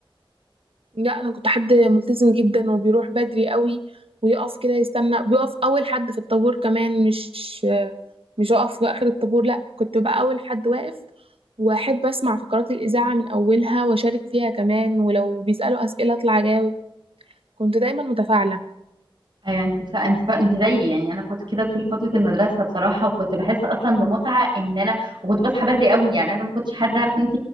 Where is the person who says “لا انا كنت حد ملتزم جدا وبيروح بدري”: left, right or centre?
Right